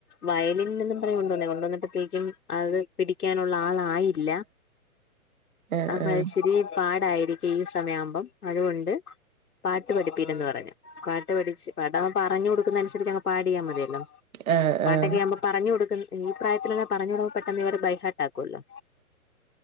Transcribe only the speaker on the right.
ആഹ്
ആഹ്
ആഹ്
ആഹ്